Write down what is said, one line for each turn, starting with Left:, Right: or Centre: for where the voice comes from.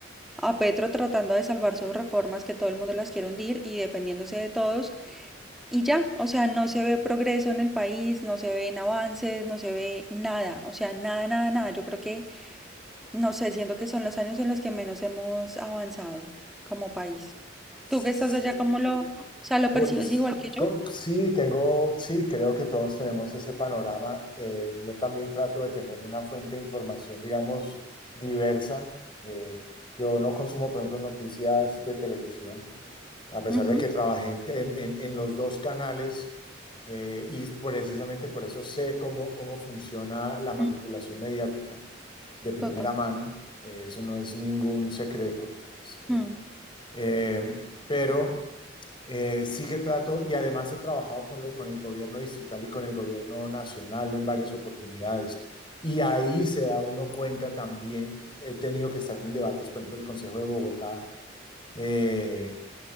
Centre: a Petro tratando de salvar sus reformas que todo el mundo las quiere hundir y defendiéndose de todos y ya, o sea, no se ve progreso en el país, no se ven avances, no se ve nada, o sea, nada, nada, nada. Yo creo que, no sé, siento que son los años en los que menos hemos avanzado como país.
Left: Sí.
Centre: Tú que estás allá, ¿cómo lo, o sea, lo
Left: Pues
Centre: percibes igual que yo?
Left: co- sí, tengo, sí, creo que todos tenemos ese panorama. Eh, yo también trato de tener una fuente de información, digamos, diversa. Eh, yo no consumo, por ejemplo, noticias de televisión. a pesar
Centre: Ujú,
Left: de que trabajé en, en, en los dos canales eh, y precisamente por eso sé cómo, cómo funciona la manipulación
Centre: mm,
Left: mediática de primera
Centre: Total.
Left: mano, eh, eso no es ningún secreto, es, eh,
Centre: mm,
Left: eh, pero eh, sí que trato y además he trabajado con, lo, con el gobierno distrital y con el gobierno nacional en varias oportunidades y ahí se da uno cuenta también, he tenido que estar en debates, por ejemplo, el Consejo de Bogotá. Eh,